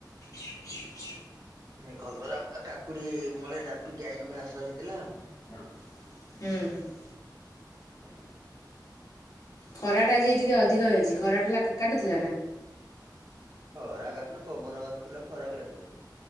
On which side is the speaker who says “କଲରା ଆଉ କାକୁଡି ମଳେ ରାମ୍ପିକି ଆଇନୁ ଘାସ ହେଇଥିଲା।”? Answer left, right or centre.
Right